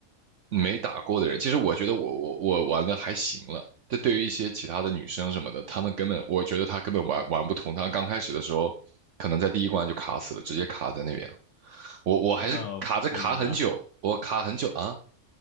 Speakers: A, on the right; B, on the left.
A: 没打过的人，其实我觉得我我我玩的还行了。这对于一些其他的女生什么的，她们根本，我觉得她根本玩玩不通。她刚开始的时候，可能在第一关就卡死了，直接卡在那边了。我我还是卡着卡很久，
B: 那倒不至于吧？
A: 我卡很久啊。